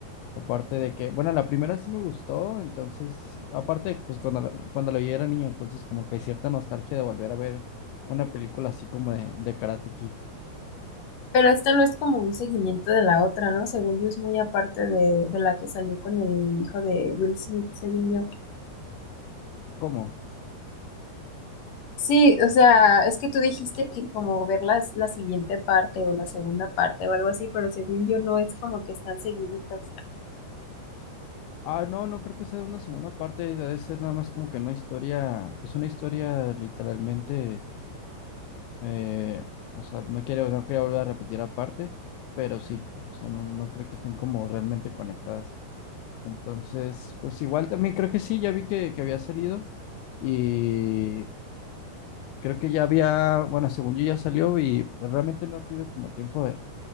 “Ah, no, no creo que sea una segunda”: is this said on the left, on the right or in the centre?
Left